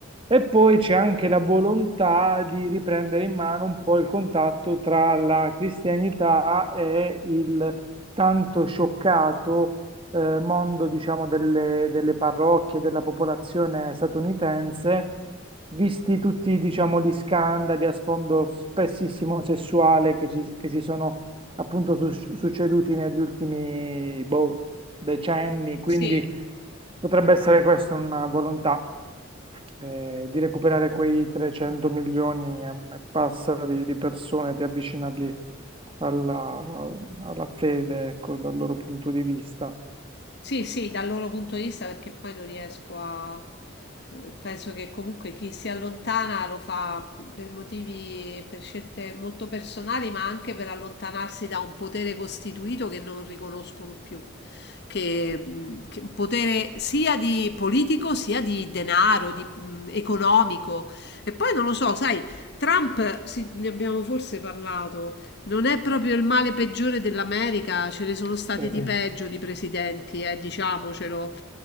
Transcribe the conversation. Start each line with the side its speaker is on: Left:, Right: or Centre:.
Right: E poi c'è anche la volontà di riprendere in mano un po' il contatto tra la cristianità e il tanto scioccato eh, mondo, diciamo, delle, delle parrocchie, della popolazione statunitense, visti tutti, diciamo, gli scandali a sfondo spessissimo sessuale che, ci- che si sono appunto sus- succeduti negli ultimi boh, decenni. Quindi
Left: Sì.
Right: potrebbe essere questa una volontà eh, di recuperare quei 300 milioni e m- e passa di, di persone, di avvicinarli alla, alla fede, ecco, dal loro punto di vista.
Left: Sì, sì, dal loro punto di vista perché poi non riesco a... eh, Penso che comunque chi si allontana lo fa per motivi, per scelte molto personali, ma anche per allontanarsi da un potere costituito che non riconoscono più, che, mh, che un potere sia di politico sia di denaro, di, mh, economico. E poi non lo so, sai, Trump, sì, ne abbiamo forse parlato, non è proprio il male peggiore dell'America, ce ne sono stati
Right: Sì,
Left: di Eh. peggio di presidenti, eh, diciamocelo